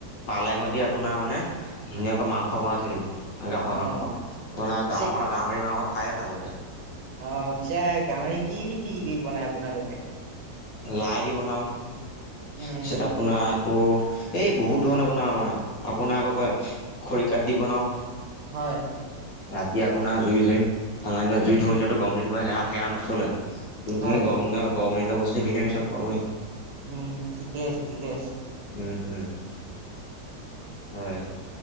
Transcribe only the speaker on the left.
পালেঙ দি আপোনাৰ মানে <unintelligible> ধুনীয়াকৈ মাংস বনাই থৈ দিম গাহৰি
মাংস
আপোনাৰ
গাঁৱৰ গাহৰি মাংস খায়ে ভাল লাগে <inaudible>
লাই দি বনাও
পিছত আপোনাৰ আকৌ এই বহুত ধৰনে আমাৰ আপোনাক আকৌ খৰিকাত দি বনাওঁ
ৰাতি আপোনাৰ জুই ধৰিম ঠাণ্ডাৰ দিনত
জুই ধোওঁ এতিয়ো গম দিন ব সেয়া সেয়া নচলে যোনখিনি
গৰম গৰম বস্তু সেইখিনি চব কৰোয়ে
উম <inaudible> হয়